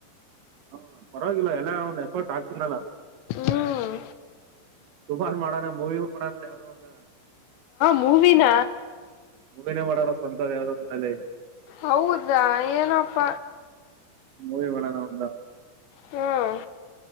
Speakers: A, on the right; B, on the left.
A: ಹಾ ಪರವಾಗಿಲ್ಲ ಎಲ್ಲ ಅವನ್ ಎಫರ್ಟ್ ಆಗ್ತನಲ್ಲ
B: ಹ್ಮ್
A: ಸುಮಾರು ಮಾಡೋಣ ಮೂವಿ ಮಾಡಣದ ಯಾವ್ದೋ ಒಂದ
B: ಮೂವಿನ
A: ಮುಗನೇ ಮಾಡೋರ ಸವಂತ ಯಾವ್ದೊಂದಾಲ ಇಲ್ಲಿ
B: ಹೌದಾ ಏನಪ್ಪ
A: ಮೂವಿ ಮಾಡಳಾನ ಒಂದ
B: ಹ್ಮ